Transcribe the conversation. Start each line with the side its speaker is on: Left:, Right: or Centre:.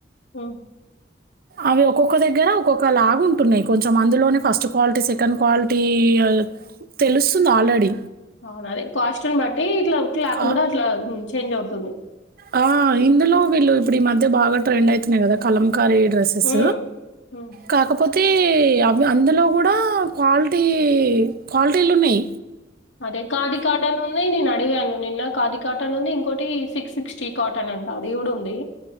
Left: హ
Right: అవి ఒక్కొక్క దగ్గర ఒక్కొక్క లాగు ఉంటున్నాయి. కొంచెం అందులోనే ఫస్ట్ క్వాలిటీ సెకండ్ క్వాల్ టీ <unintelligible> తెలుసు తుంది ఆల్రెడీ
Left: అవున అదే కాస్ట్యుల్ని బట్టి ఇట్లా క్లాత్
Right: క
Left: కూడా అట్లా గున్ చేంజ్ అవుతుంది
Right: ఆ ఇందులో వీళ్ళు ఇప్పుడు ఈ మధ్య బాగా ట్రెండ్ అయితున్నాయి కదా కలం డ్రెస్సెస్
Left: హ్మ్. హ్మ్.
Right: కాకపో అయితే అవి అందులో కూడా క్వాలిటీ క్వాలిటీలు ఉన్నాయి
Left: అదే కాది కాటను ఉన్నాయి నిను అడిగాను నిన్న కాది కాటన్ ఉంది ఇంకోటి సిక్స్ సిక్స్టీ కాటన్ అంట అది కూడా ఉంది